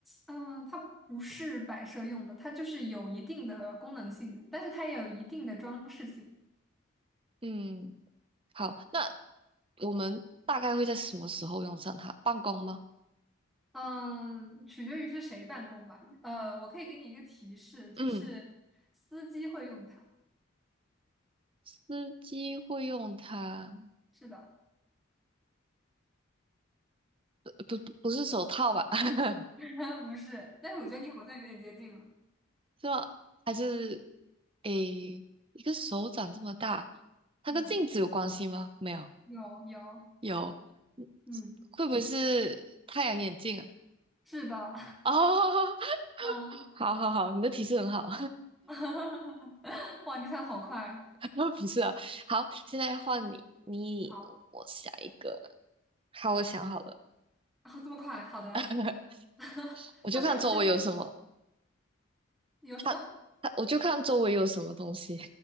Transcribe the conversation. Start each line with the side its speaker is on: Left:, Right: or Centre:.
Centre: 嗯、它不是摆设用的，它就是有一定的功能性的，但是它也有一定的装饰性。
Right: 嗯，好，那我们大概会在什么时候用上它？办公吗？
Centre: 嗯，取决于是谁办公吧。呃，我可以给你一个提示，就是司机会用它。
Right: 嗯，司机会用它，
Centre: 是的，
Right: 不不不是手套吧？<laughs>
Centre: <laughs> 不是，但是我觉得你好像有点接近了。
Right: 是吗？还是诶，一个手掌这么大，它跟镜子有关系吗？
Centre: 嗯，
Right: 没有，
Centre: 有有，
Right: 有，嗯
Centre: 嗯，
Right: 会不会是太阳眼镜啊？
Centre: 是的，
Right: 哦，<laughs>
Centre: <laughs> 嗯，
Right: 好好好，你的提示很好，
Centre: <laughs> 哇，你猜的好快啊！
Right: <laughs> 不是啊。好，现在换你，你我想一个，
Centre: 好
Right: 好，我想好了。
Centre: 啊，这么快，好的，
Right: <laughs>
Centre: <laughs>
Right: 我就看周围有什么，
Centre: 它是有生命，有什么？
Right: 它它我就看周围有什么东西，